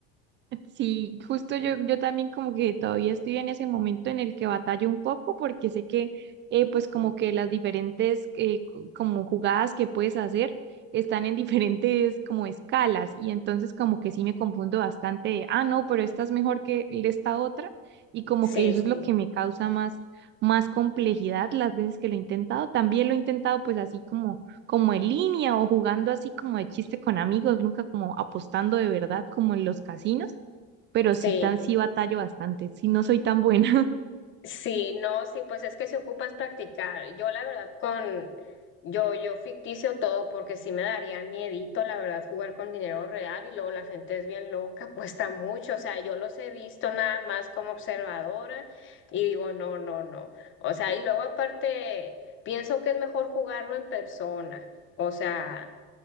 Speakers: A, on the right; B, on the left.
A: Sí, justo yo, yo también como que todavía estoy en ese momento en el que batallo un poco porque sé que eh, pues como que las diferentes eh, co- como jugadas que puedes hacer están en <laughs> diferentes como escalas y entonces como que sí me confundo bastante de, ah, no, pero esta es mejor que esta otra y como
B: Sí,
A: que eso es lo
B: sí,
A: que me causa más, más complejidad las veces que lo he intentado. También lo he intentado pues así como como en línea o jugando así como de chiste con amigos, nunca como apostando de verdad como en los casinos pero sí
B: sí.
A: tan sí batallo bastante, sí no soy tan buena
B: Sí, no, sí, pues es que si ocupas practicar, yo la verdad con, yo, yo ficticio todo porque sí me daría miedito, la verdad, jugar con dinero real y luego la gente es bien loca, <laughs> apuesta mucho, o sea, yo los he visto nada más como observadora y digo, no, no, no, o sea, y luego aparte pienso que es mejor jugarlo en persona, o sea,